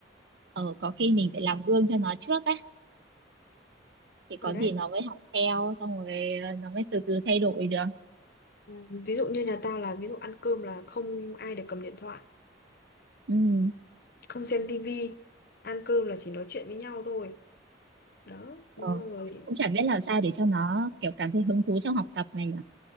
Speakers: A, on the right (about 60°); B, on the left (about 50°).
A: ờ có khi mình phải làm gương cho nó trước ấy thì có
B: Rồi đấy
A: gì nó mới học theo xong rồi ờ, nó mới từ từ thay đổi được
B: Ừ, Ví dụ như nhà tao là ví dụ ăn cơm là không ai được cầm điện thoại
A: ừ
B: Không xem tivi Ăn cơm là chỉ nói chuyện với nhau thôi Đó đúng
A: ờ.
B: rồi
A: cũng chả biết làm sao để cho nó kiểu cảm thấy hứng thú trong học tập này nhỉ